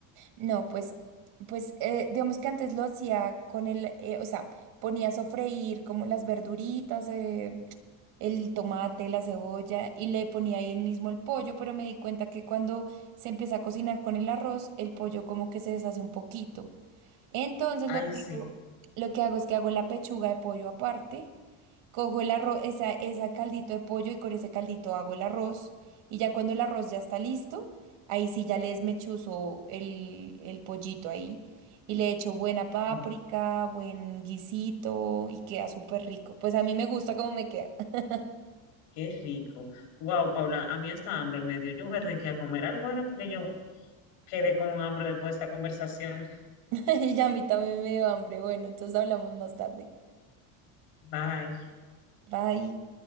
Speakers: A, on the right (about 65°); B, on the left (about 80°).
A: no, pues, pues, eh, digamos que antes lo hacía con el, eh, o sea, ponía a sofreír como las verduritas, eh, el tomate, la cebolla, y le ponía ahí el mismo el pollo, pero me di cuenta que cuando se empieza a cocinar con el arroz, el pollo como que se deshace un poquito. Entonces
B: Ay,
A: lo que
B: sí.
A: hago, lo que hago es que hago la pechuga de pollo aparte, cojo el arroz, esa, esa caldito de pollo y con ese caldito hago el arroz. Y ya cuando el arroz ya está listo, ahí sí ya le desmechuzo el, el pollito ahí y le echo buena páprica,
B: Ay,
A: buen guisito y queda súper rico. Pues a mí me gusta cómo me queda. <laughs>
B: Qué rico. Wow, Paula, a mí esta hambre me dio. Yo voy a tener que ir a comer algo ahora porque yo quedé con hambre después de esta conversación.
A: Y ya a mí también me dio hambre. Bueno, entonces hablamos más tarde.
B: Bye.
A: Bye.